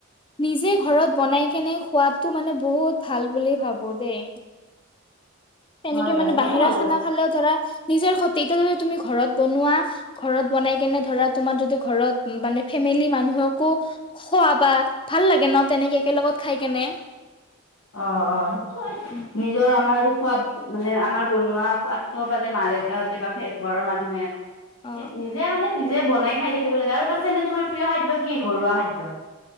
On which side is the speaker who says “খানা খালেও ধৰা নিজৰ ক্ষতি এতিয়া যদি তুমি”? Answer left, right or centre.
Left